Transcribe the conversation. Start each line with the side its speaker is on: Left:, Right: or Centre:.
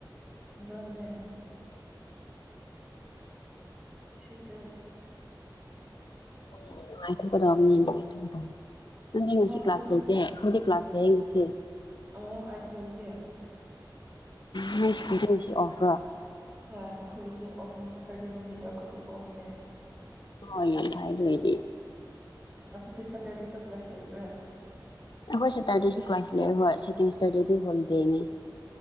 Right: ꯑꯗꯗꯔ ꯁꯤ ꯇꯦ
Left: ꯎ ꯅꯨꯡꯉꯥꯏꯊꯣꯛꯀꯗꯕꯅꯦ ꯅꯨꯡꯉꯥꯏꯊꯣꯛꯀꯗꯅꯦ ꯅꯪꯗꯤ ꯉꯁꯤ
Right: ꯍꯜꯂꯣ
Left: ꯀ꯭ꯂꯥꯁ ꯂꯩꯇꯦ ꯑꯩꯈꯣꯏꯗ ꯀ꯭ꯂꯥꯁꯇ ꯌꯦꯡꯉꯁꯤꯦ
Right: ꯑꯣ ꯑꯗꯤ ꯃꯤꯁꯦꯔ
Left: ꯎ ꯃꯤꯁꯀꯨꯗꯁꯤ ꯑꯣꯐ꯭ꯔꯣ
Right: ꯍꯣꯏ ꯑꯩꯈꯣꯏꯒꯤꯗꯤ ꯑꯣꯐꯅꯦ ꯁꯇꯔꯗꯦ ꯅꯨꯃꯤꯠꯠꯇ ꯑꯩꯈꯣꯏꯗꯤ ꯑꯣꯐꯅꯦ
Left: ꯍꯣꯏ ꯌꯥꯝ ꯐꯥꯏꯗ ꯑꯣꯏꯗꯤ
Right: ꯇ ꯁꯦꯇꯔꯗꯦꯁꯨ ꯀ꯭ꯂꯥꯁ ꯂꯩꯕ꯭ꯔꯥ
Left: ꯍꯣꯏ ꯁꯦꯇꯔꯗꯦꯁꯨ ꯀ꯭ꯂꯥꯁ ꯂꯩ ꯍꯣꯏ ꯁꯦꯀꯦꯟ ꯁꯦꯇꯔꯗꯦꯗꯤ ꯍꯣꯂꯤꯗꯦꯅꯤ